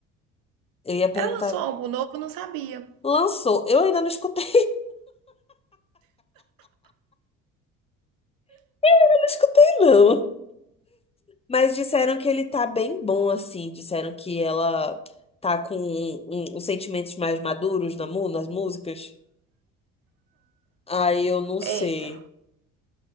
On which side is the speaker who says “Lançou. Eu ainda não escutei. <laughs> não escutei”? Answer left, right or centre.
Left